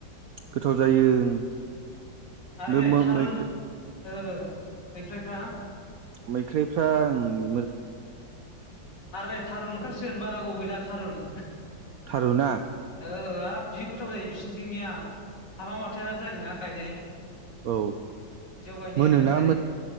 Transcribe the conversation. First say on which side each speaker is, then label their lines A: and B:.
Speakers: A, on the right (about 70°); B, on the left (about 60°).
A: गोथाव जायो ओं
B: आरो
A: बे
B: नै
A: मो
B: थारुन
A: मैखो
B: ओ मैफ्राइफ्रा?
A: मैखाइफ्रा ओं।
B: आरो नै थारुन ओंखारसिगोन बारा गोबाव गैला। थारुन।
A: थारु ना।
B: ओ जि गोथाव जायो बिसोरनिथिंनिया हाबा माथाया जायोना गायनाय।
A: औ
B: बिदियाव गायनाया
A: मोनोना
B: मोजां जायो